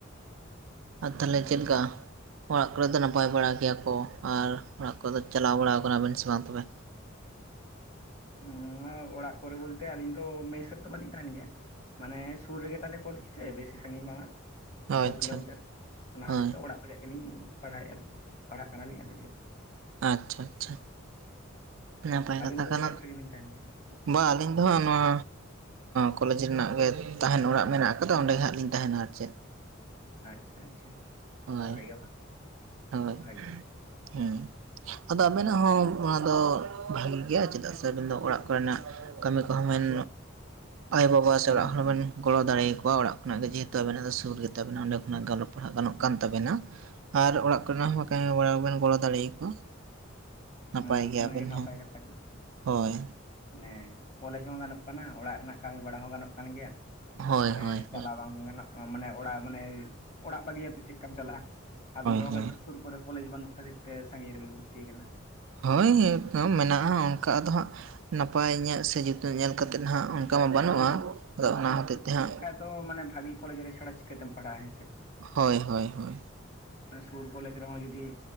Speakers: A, on the right (about 75°); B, on the left (about 35°).
A: ᱟᱨ ᱛᱟᱦᱞᱮ ᱪᱮᱫ ᱞᱮᱠᱟ ᱚᱲᱟᱜ ᱠᱚᱨᱮ ᱫᱚ ᱱᱟᱯᱟᱭ ᱵᱟᱲᱟ ᱜᱮᱭᱟ ᱠᱚ ᱟᱨ ᱚᱲᱟᱜ ᱠᱚᱫᱚ ᱪᱟᱞᱟᱣ ᱵᱟᱲᱟ ᱟᱠᱟᱱᱟᱵᱮᱱ ᱥᱮ ᱵᱟᱝ ᱛᱚᱵᱮ
B: ᱱᱚᱣᱟ ᱚᱲᱟᱜ ᱠᱚᱨᱮ ᱵᱚᱞᱛᱮ ᱟᱹᱞᱤᱧ ᱫᱚ ᱢᱮᱥ ᱨᱮᱫᱚ ᱵᱟᱹᱞᱤᱧ ᱛᱟᱦᱮᱱ ᱜᱮᱭᱟ᱾ ᱢᱟᱱᱮ ᱥᱩᱨ ᱨᱮᱜᱮ ᱛᱟᱦᱚᱞᱮ ᱠᱚᱞᱮᱪ ᱥᱮ ᱵᱮᱥᱤ ᱥᱟᱺᱜᱤᱧ ᱵᱟᱝᱟ᱾
A: ᱚ
B: ᱪᱷᱚ
A: ᱟᱪᱪᱷᱟ
B: ᱠᱤᱞᱳᱢᱤᱴᱟᱨ ᱚᱱᱟ
A: ᱦᱳᱭ
B: ᱠᱷᱟᱹᱛᱤᱨ ᱛᱮ ᱚᱲᱟᱜ ᱠᱷᱚᱱᱟᱜ ᱜᱮᱞᱤᱧ ᱯᱟᱲᱦᱟᱣᱮᱜᱼᱟ ᱞᱤᱧ ᱯᱟᱲᱦᱟᱜ ᱠᱟᱱᱟᱞᱤᱧ ᱟᱫᱚ ᱪᱮᱫ
A: ᱟᱪᱪᱷᱟ ᱟᱪᱪᱷᱟ ᱱᱟᱯᱟᱭ
B: ᱟᱹᱵᱤᱱ
A: ᱠᱟᱛᱷᱟ
B: ᱫᱚ
A: ᱠᱟᱱᱟ᱾
B: ᱢᱮᱥ ᱨᱮᱜᱮ ᱵᱤᱱ ᱛᱟᱦᱮᱱ ᱜᱮᱭᱟ
A: ᱵᱟ ᱟᱹᱞᱤᱧ ᱫᱚ ᱦᱟᱸᱜ ᱱᱚᱣᱟ ᱠᱚᱞᱮᱡᱽ ᱨᱮᱱᱟᱜ ᱜᱮ ᱛᱟᱦᱮᱱ ᱚᱲᱟᱜ ᱢᱮᱱᱟᱜ ᱠᱟᱫᱟ ᱚᱸᱰᱮ ᱜᱮ ᱦᱟᱸᱜ ᱞᱤᱧ ᱛᱟᱦᱮᱱᱟ ᱟᱨ ᱪᱮᱫ᱾
B: ᱟᱪᱪᱷᱟ ᱟᱪᱪᱷᱟ
A: ᱦᱳᱭ
B: ᱚᱸᱰᱮ ᱜᱮ
A: ᱦᱳᱭ
B: ᱵᱷᱟᱜᱤ᱾
A: ᱦᱮᱸ ᱟᱫᱚ ᱟᱵᱮᱱᱟᱜ ᱦᱚᱸ ᱚᱱᱟ ᱫᱚ ᱵᱷᱟᱜᱤ ᱜᱮᱭᱟ ᱪᱮᱫᱟᱜ ᱥᱮ ᱟᱵᱮᱱ ᱫᱚ ᱚᱲᱟᱜ ᱠᱚᱨᱮᱱᱟᱜ ᱠᱟᱹᱢᱤ ᱠᱚᱦᱚᱸ ᱢᱮᱱ ᱟᱭᱳᱵᱟᱵᱟ ᱥᱮ
B: ᱦᱩᱸ
A: ᱚᱲᱟᱜ ᱦᱚᱲ
B: ᱦᱩᱸ
A: ᱵᱮᱱ ᱜᱚᱲᱚ ᱫᱟᱲᱮᱭᱟᱣᱟ ᱚᱲᱟᱜ ᱠᱷᱚᱱᱟᱜ ᱜᱮ ᱡᱮᱦᱮᱛᱩ ᱟᱵᱮᱱᱟᱜ ᱫᱚ ᱥᱩᱨ ᱜᱮᱛᱟᱵᱮᱱᱟ ᱚᱰᱮ ᱠᱷᱚᱱᱟᱜ ᱜᱟᱞᱚ ᱯᱟᱲᱦᱟᱜ ᱜᱟᱱᱚᱜ ᱠᱟᱱ ᱛᱟᱵᱤᱱᱟ, ᱟᱨ ᱚᱲᱟᱜ ᱠᱚᱨᱮ ᱦᱚᱸ ᱠᱟᱹᱢᱤ ᱵᱟᱲᱟᱵᱮᱱ ᱜᱚᱲᱚ ᱫᱟᱲᱮᱭᱟᱠᱚᱣᱟ᱾ ᱱᱟᱯᱟᱭ
B: ᱦᱩᱸ
A: ᱜᱮᱭᱟᱵᱮᱱ
B: ᱚᱱᱟᱜᱮ ᱱᱟᱯᱟᱭ
A: ᱦᱚᱸ
B: ᱠᱟᱛᱷᱟ ᱠᱟᱱᱟ
A: ᱦᱳᱭ᱾
B: ᱢᱟᱱᱮ ᱠᱚᱞᱮᱡᱽ ᱦᱚᱸ ᱜᱟᱱᱚᱜ ᱠᱟᱱᱟ ᱚᱲᱟᱜ ᱨᱮᱱᱟᱜ ᱠᱟᱹᱢᱤ ᱵᱟᱲᱟ ᱦᱚᱸ ᱜᱟᱱᱚᱜ ᱠᱟᱱ ᱜᱮᱭᱟ᱾
A: ᱦᱳᱭ
B: ᱢᱟᱱᱮ
A: ᱦᱳᱭ
B: ᱪᱟᱞᱟᱣ
A: ᱦᱳᱭ
B: ᱵᱟᱝ ᱜᱟᱱᱚᱜᱼᱟ᱾ ᱢᱟᱱᱮ ᱚᱲᱟᱜ ᱢᱟᱱᱮ ᱚᱲᱟᱜ ᱵᱟᱹᱜᱤᱭᱟᱛᱮᱫ ᱪᱮᱫᱞᱮᱠᱟᱢ ᱪᱟᱞᱟᱜᱼᱟ᱾ ᱟᱵᱤᱱ ᱫᱚ
A: ᱦᱳᱭ
B: ᱦᱚᱭᱛᱚ ᱥᱩᱨ ᱠᱚᱨᱮ ᱠᱚᱞᱮᱡᱽ ᱵᱟᱹᱱᱩᱜ ᱠᱷᱟᱹᱛᱤᱨ ᱛᱮ ᱥᱟᱺᱜᱤᱧ ᱨᱮᱵᱤᱱ ᱵᱷᱚᱨᱛᱤ ᱠᱟᱱᱟ᱾
A: ᱦᱳᱭ ᱢᱮᱱᱟᱜᱼᱟ ᱚᱱᱠᱟ ᱟᱫᱚ ᱦᱟᱸᱜ, ᱱᱟᱯᱟᱭ ᱧᱚᱜ ᱥᱮ ᱡᱩᱛᱚᱜ ᱧᱮᱞ ᱠᱟᱛᱮᱫ ᱦᱟᱸᱜ ᱚᱱ ᱠᱟ ᱵᱟᱹᱱᱩᱜᱼᱟ ᱟᱫᱚ ᱚᱱᱟ ᱦᱚᱛᱮᱜ ᱛᱮ ᱦᱟᱸᱜ
B: ᱛᱚ ᱢᱟᱱᱮ ᱵᱷᱟᱜᱤ ᱠᱚᱞᱮᱡᱽ ᱨᱮ ᱪᱷᱟᱲᱟ ᱪᱤᱠᱟᱹᱛᱮᱢ ᱯᱟᱲᱦᱟᱜᱼᱟ ᱦᱮᱸ ᱥᱮ᱾
A: ᱦᱳᱭ ᱦᱳᱭ ᱦᱳᱭ
B: ᱥᱩᱨ ᱠᱚᱞᱮᱡᱽ ᱨᱮᱦᱚᱸ ᱡᱩᱫᱤ